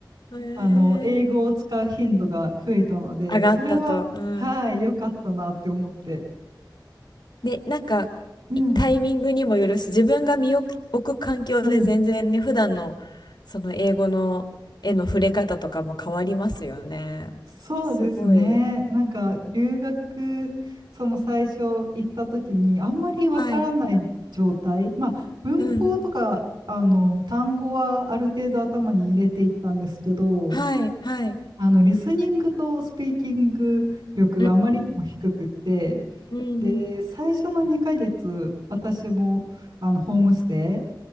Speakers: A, on the left; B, on the right.
A: <laughs> へえ
B: あの英語を使う頻度が増えたので、
A: 上がったと。
B: それは、
A: うん。
B: はい、良かったなって思って。
A: で、なんかいタイミングにもよるし、
B: うん
A: 自分が身を置く環境で全然ね、
B: うん、
A: 普段のその英語の絵の触れ方とかも変わりますよね。
B: そうですね。
A: すごい。
B: なんか留学、その最初行った時にあんまりわからない状態、
A: はい。
B: まあ文法とかあの単語はある程度頭に入れていったんですけど、
A: うん。はい。はい。
B: あのリスニングとスピーキング力があまりにも低くって、
A: うんうんうん
B: で、最初の2ヶ月、私もあのホームステ